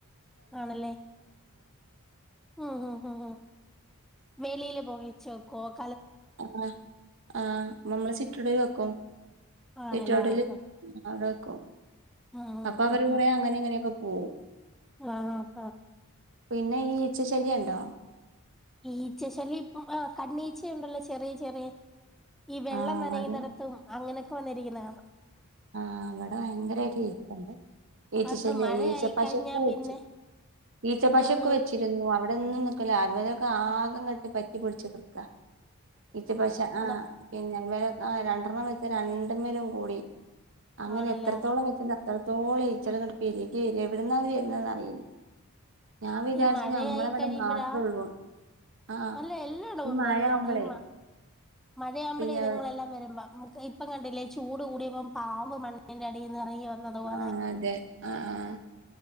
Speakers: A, in the centre; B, on the right.
A: ആണല്ലേ മ് ഹ് ഹ് വെളിയില് പോയിച്ചോക്കോ ക്കോ
B: ആ ആ നമ്മള് ചിറ്റൂടെ വെക്കും
A: ആണല്ലേ
B: സിറ്റൗട്ടില്
A: ആഹ് ആഹ്
B: അവിടെ വക്കും
A: ഉം
B: അപ്പൊ അവർ
A: ഉം ഉം
B: കുറെ അങ്ങനെ ഇങ്ങനൊക്ക പോകും
A: ഉം ആഹ് ആഹ്
B: പിന്നെ ഈ ഈച്ച ശല്ല്യം ണ്ടോ
A: ഈച്ച ശല്യം ഇപ്പ ആ കണ്ണീച്ചയൊണ്ടല്ലോ ചെറിയ ചെറിയ ഈ വെള്ളം
B: ആഹ്
A: നനയുന്നടത്തും
B: ഇവടിം
A: അങ്ങനെ ഇപ്പൊ വന്നിരിക്കുന്ന കാണാം
B: ആ ഇവിടെ ഭയങ്കര ആയിട്ട് ഈച്ചണ്ട് ഈച്ചശല്യ
A: ആണ് മഴയായി
B: ഈച്ച പശൊക്കെ
A: കഴിഞ്ഞാ പിന്നെ
B: വെച്ചി ഈച്ചപശൊക്കെ
A: ഉം ഉം
B: വെച്ചിരുന്നു അവിടെ <unintelligible> നിക്കൂല അവരൊക്കെ ആകെങ്ങട്ട് പറ്റിപിടിച്ചു നിക്കാ ഈച്ച പശ ആ
A: അത
B: പിന്നെ <unintelligible> രണ്ടെണ്ണം വെച്ചാ രണ്ടീമേലും കൂടി അങ്ങനെ
A: ആണല്ലേ
B: എത്രത്തോളം വെച്ചണ്ട് അത്രത്തോളെ ഈച്ചകൾ ഇങ്ങനെ പെരുകി വരാ എവിടന്ന വരുന്നന്ന് അറിയില്ല ഞാൻ വിചാരിച്ച്
A: മഴ
B: ഞമ്മളവിടെ
A: ആയി കഴിയുമ്പോള
B: മാത്രൊള്ളൂന്ന് ആഹ്
A: അല്ല എല്ലായിടവും
B: ഈ
A: ഉണ്ട്
B: മഴയാവുമ്പളേ
A: എല്ലായിടവും ഈ മഴയാവുമ്പോഴ
B: പിന്നെ
A: ഇതങ്ങളെല്ലാം വരുമ്പ ഇപ്പം കണ്ടില്ലേ ചൂട് കൂടിയപ്പം പാമ്പ് മണ്ണിന്റെ അടിന്ന് നീ വന്നതുപോലെ
B: ആഹ് അതെ ആഹ് ആഹ്